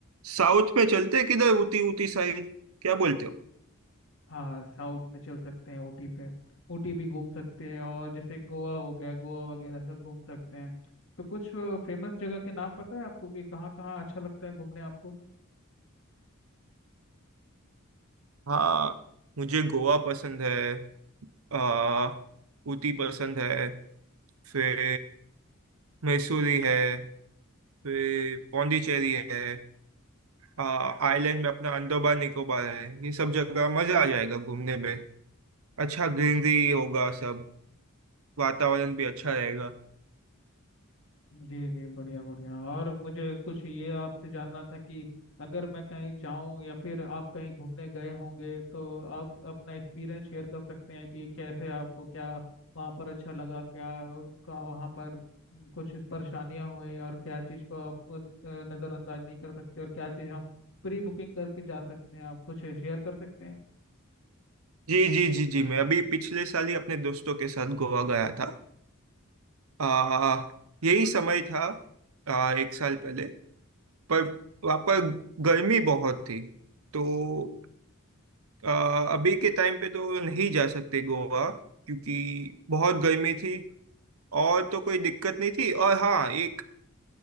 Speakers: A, on the right (about 85°); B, on the left (about 65°).
A: साउथ में चलते हैं किधर उटी उटी साइड क्या बोलते हो
B: हाँ साउथ में चल सकते हैं ऊटी पे ऊटी भी घूम सकते हैं और जैसे गोवा हो गया गोवा वगैरह सब घूम सकते हैं तो कुछ फेमस जगह के नाम पता है आपको कि कहाँ कहाँ अच्छा लगता है घूमने आपको
A: हाँ मुझे गोवा पसंद है आ उटी पसंद है फिर मैसूरी है फिर पौंडीचेरी है आ आइलैंड में अपना अंडमान निकोबार है ये सब जगह मजा आ जाएगा घूमने में अच्छा ग्रीनरी होगा सब वातावरण भी अच्छा रहेगा
B: जी जी बढ़िया बढ़िया और मुझे कुछ ये आपसे जानना था कि अगर मैं कहीं जाऊं या फिर आप कहीं घूमने गए होंगे तो आप अपना एक्सपीरियंस शेयर कर सकते हैं कि कैसे आपको क्या वहां पर अच्छा लगा क्या उनका वहां पर कुछ परेशानियां हुई और क्या चीज़ को आपको अ, नज़रअंदाज नहीं कर सकते और क्या चीज़ हम प्री बुकिंग करके जा सकते हैं आप कुछ शेयर कर सकते हैं
A: जी जी जी जी मैं अभी पिछले साल ही अपने दोस्तों के साथ गोवा गया था आ, यही समय था आ, एक साल पहले पर वहाँ पर गर्मी बहुत थी तो आ, अभी के टाइम पे तो नहीं जा सकते गोवा क्योंकि बहुत गर्मी थी और तो कोई दिक्कत नहीं थी और हाँ एक